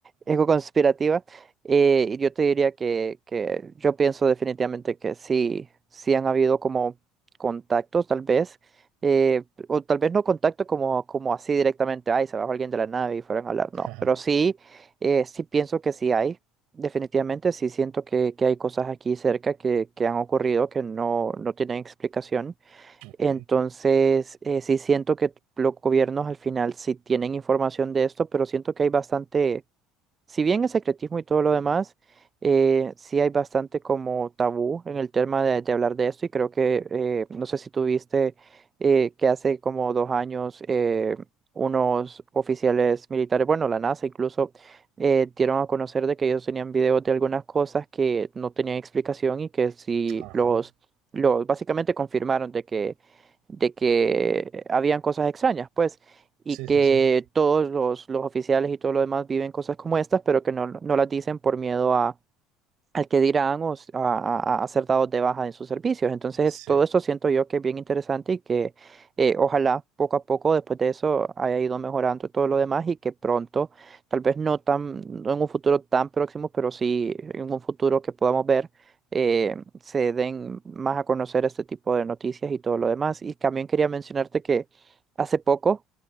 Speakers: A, on the right; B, on the right.
A: ego conspirativa. eh, y yo te diría que, que yo pienso definitivamente que sí, sí han habido como contactos, tal vez, eh, o tal vez no contacto como, como así directamente, ay, se bajó alguien de la nave y fueron a hablar,
B: <laughs>
A: no, pero sí, eh, sí pienso que sí hay. Definitivamente sí siento que, que hay cosas aquí cerca que, que han ocurrido que no, no tienen explicación.
B: Ok,
A: Entonces, eh, sí siento que los gobiernos al final sí tienen información de esto, pero siento que hay bastante si bien el secretismo y todo lo demás, eh, sí hay bastante como tabú en el tema de, de hablar de esto y creo que, eh, no sé si tuviste eh, que hace como dos años eh, unos oficiales militares, bueno, la NASA incluso, eh, dieron a conocer de que ellos tenían videos de algunas cosas que no tenían explicación y que sí
B: ajá.
A: los, los básicamente confirmaron de que, de que habían cosas extrañas, pues y
B: Sí,
A: que
B: sí, sí.
A: todos los, los oficiales y todo lo demás viven cosas como estas, pero que no, no las dicen por miedo a, al que dirán o s- a, a- a ser dados de baja en sus servicios. Entonces,
B: Sí.
A: todo esto siento yo que es bien interesante y que eh, ojalá poco a poco después de eso haya ido mejorando todo lo demás y que pronto, tal vez no tan, no en un futuro tan próximo, pero sí en un futuro que podamos ver, eh, se den más a conocer este tipo de noticias y todo lo demás. Y también quería mencionarte que hace poco,